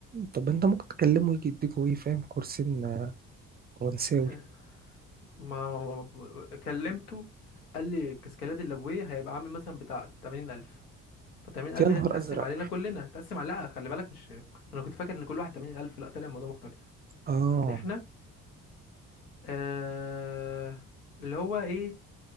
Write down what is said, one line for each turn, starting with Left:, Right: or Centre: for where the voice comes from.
Right: طب انت ممكن تكلمه يجي يديكوا ايه فاهم كورسين آه، فرنساوي
Left: <laughs> ما ما- كلمته قال لي الكاسكالات الليبويه هيبقى عامل مثلا بتاع 80000 ف 80000
Right: يا نهار
Left: ده تتقسم
Right: ازرق
Left: علينا كلنا تتقسم على لا خلي بالك مش انا كنت فاكر ان كل واحد 80000 لا طلع الموضوع مختلف
Right: اه
Left: ان احنا آه... اللي هو ايه